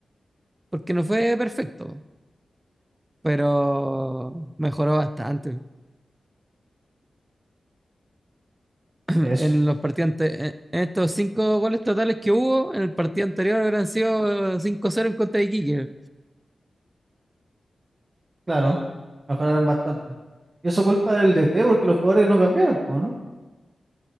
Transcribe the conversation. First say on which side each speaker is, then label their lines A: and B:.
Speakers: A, on the right; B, on the right.
A: Porque no fue perfecto, pero mejoró bastante. <clears throat>
B: eso,
A: En los partidos ante- en en estos 5 goles totales que hubo, en el partido anterior hubieran sido 5 cero en contra de Iquique.
B: claro, mejoraron bastante. Y eso culpa del DT porque los jugadores no cambiaron, po, ¿no?